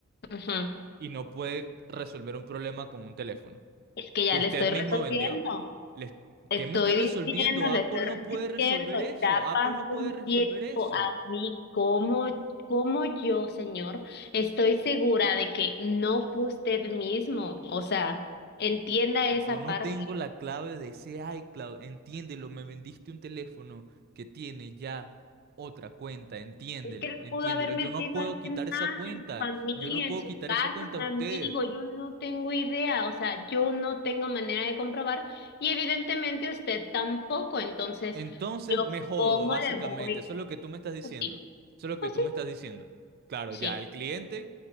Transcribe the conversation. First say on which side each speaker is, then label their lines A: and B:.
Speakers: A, on the left; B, on the right.
A: Ujú.
B: y no puede resolver un problema con un teléfono
A: Es que ya
B: que usted
A: le estoy
B: mismo
A: resolviendo,
B: vendió. Les-
A: le
B: ¿qué
A: estoy
B: me está resolviendo?
A: diciendo, le
B: Apple
A: estoy
B: no
A: repitiendo,
B: puede resolver eso,
A: ya
B: Apple
A: pasó
B: no
A: un
B: puede resolver
A: tiempo
B: eso.
A: a mí, como, como yo, señor, estoy segura de que no fue usted mismo, o sea, entienda esa
B: Yo
A: parte.
B: no tengo la clave de ese iCloud, entiéndelo, me vendiste un teléfono que tiene ya otra cuenta, entiéndelo,
A: Es que lo
B: entiéndelo.
A: pudo haber metido
B: Yo no puedo
A: alguien
B: quitar esa
A: más
B: cuenta,
A: en su familia,
B: yo no puedo
A: en su
B: quitar
A: casa,
B: esa cuenta
A: un
B: de
A: amigo,
B: usted.
A: yo no tengo idea, o sea, yo no tengo manera de comprobar y evidentemente usted tampoco, entonces,
B: Entonces
A: ¿yo
B: me jodo,
A: cómo
B: básicamente,
A: le voy?
B: eso es lo que tú me estás diciendo,
A: Pues sí,
B: eso es lo
A: pues
B: que tú
A: sí,
B: me estás diciendo. Claro,
A: sí.
B: ya el cliente